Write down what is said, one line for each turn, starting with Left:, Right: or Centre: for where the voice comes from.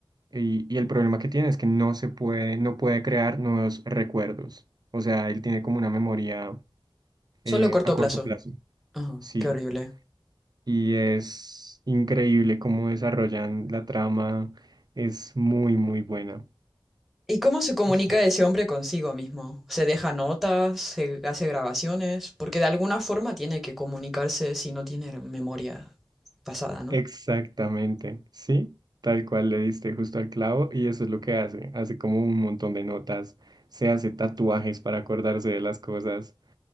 Right: y, y el problema que tiene es que no se puede, no puede crear nuevos recuerdos. O sea, él tiene como una memoria
Centre: Solo
Right: eh,
Centre: corto
Right: a corto
Centre: plazo.
Right: plazo.
Centre: Ajá,
Right: Sí.
Centre: qué horrible.
Right: y es increíble cómo desarrollan la trama. Es muy, muy buena.
Centre: ¿Y cómo se comunica
Right: Sí.
Centre: ese hombre consigo mismo? ¿Se deja notas? ¿Se hace grabaciones? Porque de alguna forma tiene que comunicarse si no tiene memoria pasada, ¿no?
Right: Exactamente, sí, tal cual le diste justo al clavo y eso es lo que hace, hace como un montón de notas, se hace tatuajes para acordarse de las cosas